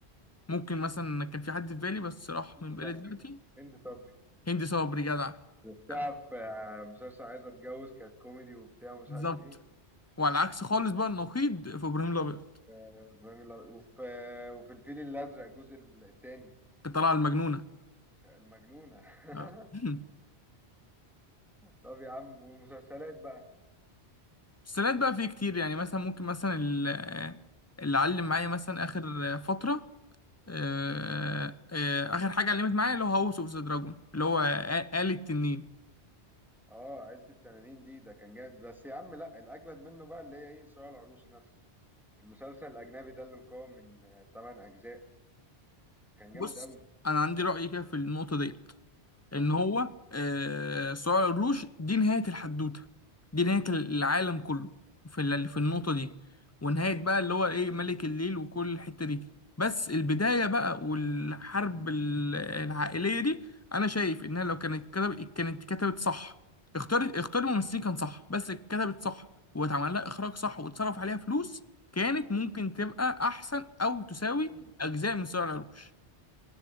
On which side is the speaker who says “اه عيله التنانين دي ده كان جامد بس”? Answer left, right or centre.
Centre